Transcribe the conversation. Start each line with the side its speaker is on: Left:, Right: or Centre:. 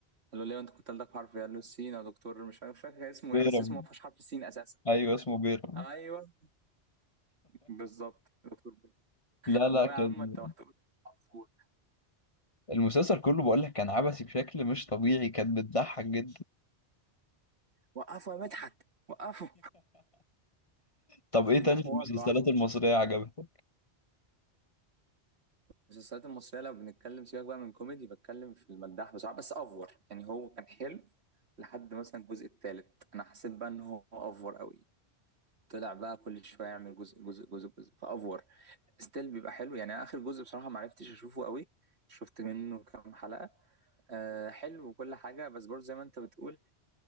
Right: قال له ليه انت كنت الدغ حرف إيه؟ قال له السين يا دكتور مش فاكر مش فاكر كان اسمه
Left: بيرم
Right: ايه بس اسمه ما فيهوش حرف السين اساسا
Left: ايوه اسمه بيرم
Right: ايوه بالظبط يا دكتور بيه.
Left: لا لا
Right: اللي هو
Left: كان
Right: يا عم انت ما هتقول وقفوا
Left: المسلسل كله بقول لك كان عبثي بشكل مش طبيعي كانت بتضحك جدا
Right: وقفوا يا مدحت وقفوا
Left: طب ايه تاني
Right: ده حوار
Left: في المسلسلات
Right: لوحده
Left: المصرية عجبتك
Right: المسلسلات المصريه لو بنتكلم سيبك بقى من كوميدي بتكلم في المداح بصراحه بس افور يعني هو كان حلو لحد مثلا الجزء الثالث انا حسيت بقى ان هو افور قوي طلع بقى كل شويه يعمل جزء جزء جزء جزء فافور ستيل بيبقى حلو يعني اخر جزء بصراحه ما عرفتش اشوفه قوي شفت منه كام حلقه آه حلو وكل حاجه بس برضه زي ما انت بتقول